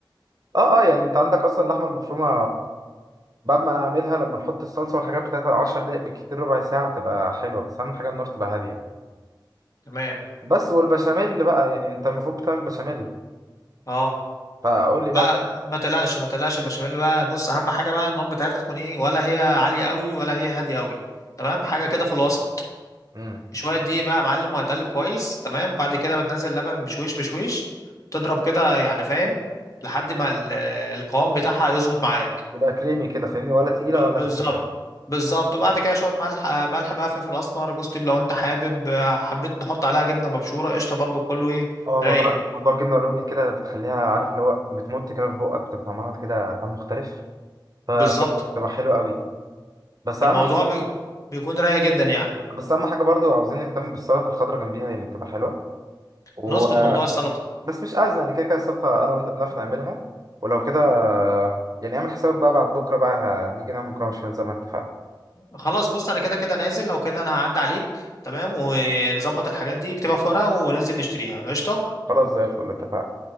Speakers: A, on the right; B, on the left.
A: اه اه يعني انت عندك اصلا اللحمه المفرومه بعد ما انا اعملها لما نحط الصلصه والحاجات بتاعتها 10 دقائق بالكتير ربع ساعه تبقى حلوه بس اهم حاجه النار تبقى هاديه
B: تمام
A: بس والبشاميل بقى يعني انت المفروض بتعمل بشاميل
B: اه
A: فقول لي بقى
B: لا
A: طب
B: ما تقلقش ما تقلقش البشاميل بقى بص اهم حاجه بقى النار بتاعتها تكون ايه ولا هي عاليه قوي ولا هي هاديه قوي تمام حاجه كده في الوسط
A: امم
B: شويه دقيق بقى يا معلم وهتقلب كويس تمام وبعد كده بتنزل لبن بشويش بشويش تضرب كده يعني فاهم لحد ما ال- القوام بتاعها يظبط معاك
A: يبقى كريمي كده فاهمني ولا تقيله
B: ب-
A: ولا
B: بالظبط
A: خفيفه
B: بالظبط وبعد كده شويه ملح آه، ملح بقى فلفل اسمر جوز طيب لو انت حابب آه، حبيت نحط عليها جبنه مبشوره قشطه برضو كله ايه
A: اه موضوع
B: رايق
A: موضوع الجبنه الرومي كده بتخليها عارف اللي هو بتمط كده في بقك بتبقى طعمها كده طعم مختلف فبتبقى
B: بالظبط
A: حلوه قوي بس
B: فالموضوع
A: اهم
B: بي... بيكون رايق جدا يعني
A: بس اهم حاجه برضو عاوزين نهتم بالسلطه الخضراء جنبيها يعني بتبقى حلوه و...
B: نظبط موضوع السلطه
A: بس مش ازمه يعني كده كده السلطه انا وانت بنعرف نعملها ولو كده يعني اعمل حسابك بقى بعد بكره بقى هنيجي نعمل مكرونه بشاميل زي ما اتفقنا
B: خلاص بص انا كده كده نازل لو كده انا هعدي عليك تمام ونظبط الحاجات دي اكتبها في ورقه وننزل نشتريها قشطه
A: خلاص زي الفل اتفقنا